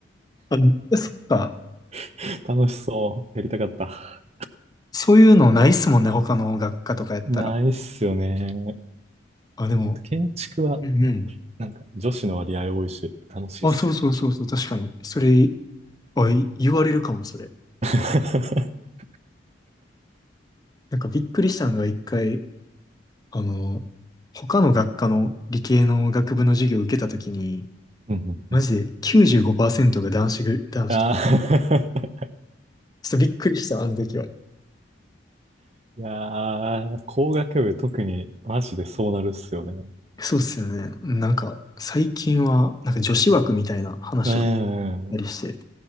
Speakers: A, on the left; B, on the right.
A: あ、そっか。
B: <laughs> 楽しそう。やりたかった。
A: そういうのないっすもんね、他の学科とかやったら。
B: ないっすよね。
A: あ、でも、
B: あと建築は、
A: うんうん。
B: なんか女子の割合多いし、楽しいっすよね。
A: あ、そうそうそうそう、確かに。それ、あ、い言われるかも、それ。
B: <laughs>
A: なんかびっくりしたのが一回、あの、他の学科の理系の学部の授業を受けたときに、
B: うんうんうん
A: マジで95%が男子ぐ、男子と。
B: あー
A: ちょっとびっくりした、あの時は。
B: <laughs> いやー、工学部特にマジでそうなるっすよね。
A: そうっすよね。なんか、最近は、なんか女子枠みたいな話とかあっ
B: うん、
A: たりして、
B: うん。